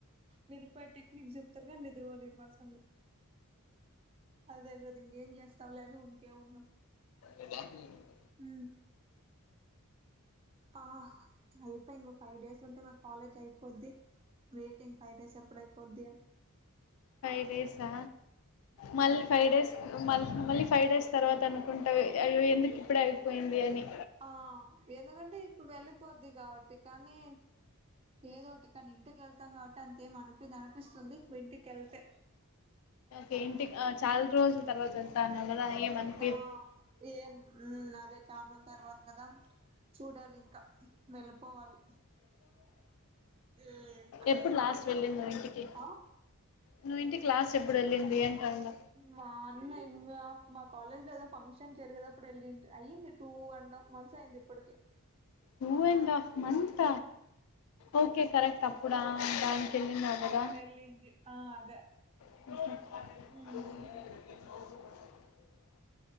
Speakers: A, on the right; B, on the left.
A: నిద్రపోయే టెక్నిక్ చెప్తరు కానీ నిద్రపోనీరు మడసంగా అదే కదా ఇంకేం చేస్తావులే అని ఉరికే ఉన్నం
B: ఇది లోపల ఉంది <unintelligible>
A: ఊ ఆ అయిపేంది ఇంకో ఫైవ్ డేస్ ఉంటే మాకు కాలేజ్ అయిపోద్ది వెయిటింగ్ ఫైవ్ డేస్ ఎప్పుడయిపోద్ది అనీ
B: ఫైవ్ డేసా మళ్ళీ ఫైవ్ డేస్ మళ్ళ మళ్ళీ ఫైవ్ డేస్ తర్వాత అనుకుంటావ్ అయ్యో ఎందుకు ఇప్పుడు అయిపోయింది అని
A: ఆ ఎందుకంటే ఇప్పుడు వెళ్ళిపోద్ది కాబట్టి కానీ ఏదోటి కానీ ఇంటికి వెళ్తాం కాబట్టి అంతేం అనిపి అనిపిస్తుంది ఇంటికెళ్తే
B: పెయింటింగ్ చాలా రోజులు తర్వాత వెళ్తా అన్నావ్ కదా ఏం అనిపి
A: ఆ ఏం ఊ అదే చాన రోజుల తర్వాత కదా చూడాలి ఇంకా వెళ్ళిపోవాలి హ్మ్మ్
B: ఎప్పుడు లాస్ట్ వెళ్ళింది నువ్వు ఇంటికి
A: హ
B: నువ్వు ఇంటికి లాస్ట్ ఎప్పుడు వెళ్ళింది అంటాండా
A: మా అన్న మా మా కాలేజ్ లో ఏదో ఫంక్షన్ జరిగేటప్పుడు వెళ్ళింటి అయ్యింది. టూ అండ్ హాఫ్ మంత్స్ అయింది ఇప్పటికి
B: నువ్వు ఎందా మంత ఓకే కరెక్ట్ అప్పుడా ఆ దానికి వెళ్ళింనా కదా
A: ఇలింది ఆ అదే
B: <unintelligible>
A: ఉమ్